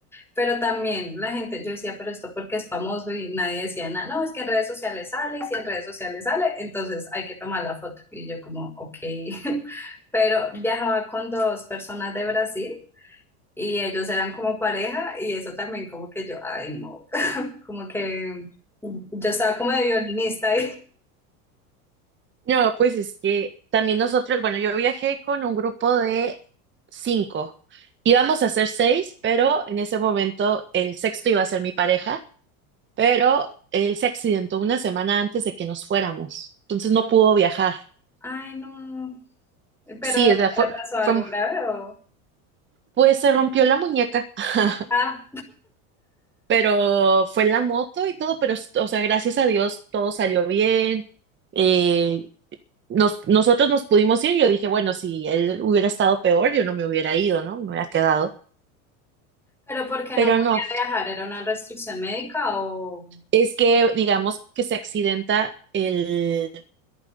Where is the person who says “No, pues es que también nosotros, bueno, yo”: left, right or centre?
Right